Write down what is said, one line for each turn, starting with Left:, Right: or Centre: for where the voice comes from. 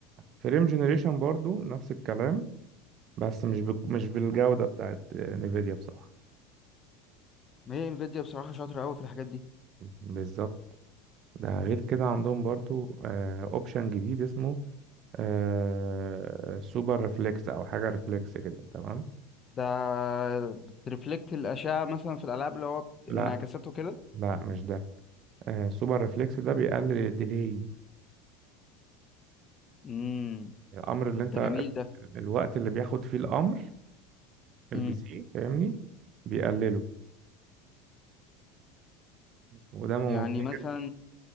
Right: فريم جنريشن برضو نفس الكلام بس مش بك... مش بالجودة بتاعت نيفيديا بصراحة
Left: ما هي انفيديا بصراحه شاطره قوي في الحاجات دي
Right: بالظبط ده غير كده عندهم برضو اوبشن جديد اسمه آه... سوبر ريفلكس او حاجة ريفلكس كده تمام
Left: ده بترفلكت الاشعه مثلا في الالعاب اللي هو بت-
Right: لا
Left: انعكاساته
Right: تمام.
Left: كده
Right: لا مش ده آه... سوبر ريفلكس ده بيقلل الديلي
Left: امم
Right: الامر اللي
Left: طب
Right: انت
Left: ده
Right: تمام.
Left: جميل ده
Right: الوقت اللي بياخد فيه الامر البي
Left: امم
Right: سي فاهمني بيقلله وده مهم
Left: يعني
Right: جدا
Left: مثلا